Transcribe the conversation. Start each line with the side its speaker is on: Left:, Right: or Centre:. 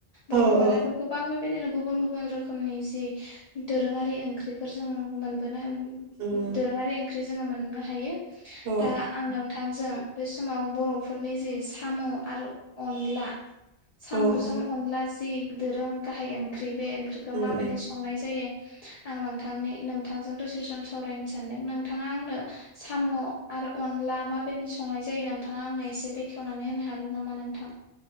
Left: बरफोरहाथ
Right: औ औ
Left: गोबां बेबायदिनो गुबुन गुबुन रोखोमनि जि दोरोङारि ओंख्रिफोरजों। मोनबोनो होन
Right: उम
Left: दोरोङारि ओंख्रि जोंङो मोननो हायो।
Right: औ
Left: दा आं नोंथा। थां जों बे समाव बरफोरनि जि सामु आरो अनला। सामुजों
Right: औ उम
Left: अनला जि दोरों गाहाय ओंख्रि ख्रि बे ओंख्रिखो माबायदि
Right: उम
Left: संनाय जायो। आं नोंथांनि। नोंथांजों दसे सम सावरायनो सानदों नोंथाङा आंनो सामु आरो अनला माबायदि संनाय जायो नोंथाङा आंनो एसे बेखेवनानै होनो हागोन नामा नोंथां।